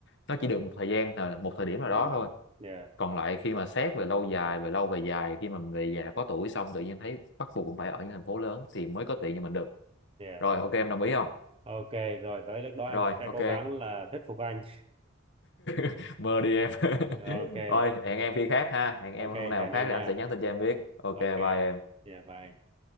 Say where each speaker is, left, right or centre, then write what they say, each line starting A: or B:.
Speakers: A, on the left; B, on the right.
A: nó chỉ được một thời gian ờ, một thời điểm nào
B: ừ
A: đó thôi
B: yeah
A: còn lại khi mà xét về lâu dài về lâu về dài khi mà mình về già có tuổi xong tự nhiên thấy bắt buộc cũng phải ở những thành phố lớn thì mới có tiền cho mình được
B: yeah
A: rồi ok em đồng ý không
B: ok rồi tới lúc đó
A: rồi
B: em sẽ
A: ok
B: cố gắng là thuyết phục anh
A: <laughs> mơ đi em <laughs>
B: <laughs> ok
A: thôi hẹn em khi khác ha hẹn em
B: ok hẹn
A: hôm nào khác
B: anh
A: thì
B: nha
A: anh sẽ nhắn tin cho em biết ok
B: ok
A: bye em
B: dạ bye